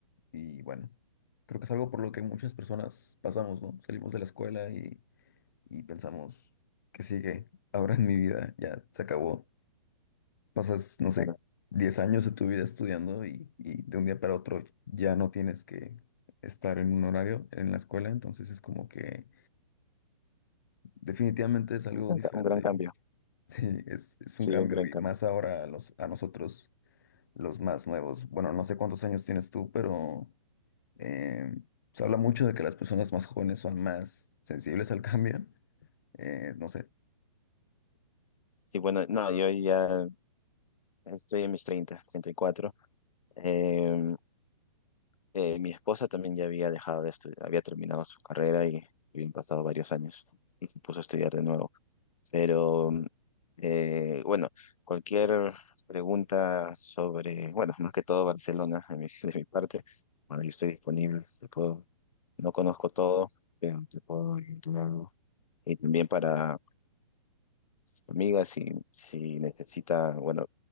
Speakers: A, on the left (about 30°); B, on the left (about 70°).
A: y bueno, creo que es algo por lo que muchas personas pasamos, ¿no? Salimos de la escuela y, y pensamos, ¿qué sigue ahora en mi vida? Ya se acabó pasas, no sé,
B: claro.
A: 10 años de tu vida estudiando y, y de un día para otro ya no tienes que estar en un horario en la escuela, entonces es como que definitivamente es algo
B: Un gran,
A: diferente.
B: ca- un gran cambio,
A: <laughs> Sí, es, es
B: sí,
A: un cambio
B: un gran
A: y
B: cambio.
A: más ahora a, los, a nosotros, los más nuevos. Bueno, no sé cuántos años tienes tú, pero eh, se habla mucho de que las personas más jóvenes son más sensibles al cambio. Eh, no sé,
B: Y bueno, no, yo ya estoy en mis 30, 34. Eh, eh, mi esposa también ya había dejado de estudiar, había terminado su carrera y habían pasado varios años y se puso a estudiar de nuevo. Pero eh, bueno, cualquier pregunta sobre, bueno, más que todo Barcelona de mi, <laughs> de mi parte, bueno, yo estoy disponible, te puedo- no conozco todo, pero te puedo orientar algo. Y también para Amiga, si, si necesita, bueno,